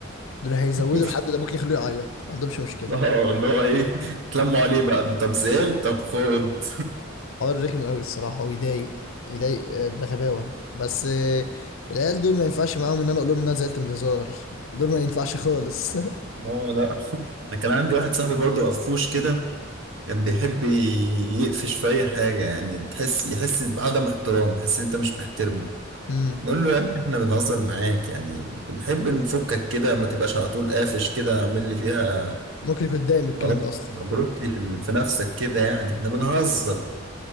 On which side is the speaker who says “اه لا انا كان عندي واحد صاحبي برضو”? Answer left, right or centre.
Right